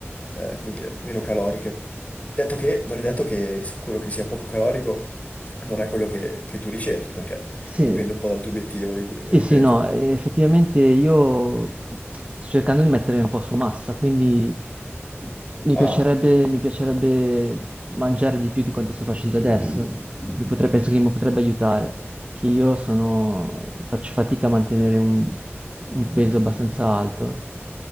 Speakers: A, on the left; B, on the right.
A: eh, come dire, meno caloriche. Detto che, non è detto che quello che sia poco calorico non è quello che, che tu ricerchi, perché
B: Sì,
A: dipende un po' dal tuo obiettivo, ri- ripeto.
B: sì, sì, no, eh, effettivamente io sto cercando di mettere un po' su massa, quindi mi
A: Ah,
B: piacerebbe, mi piacerebbe mangiare di più di quanto sto facendo adesso. Mi potre- penso che mi potrebbe aiutare, che io sono- faccio fatica a mantenere un, un peso abbastanza alto.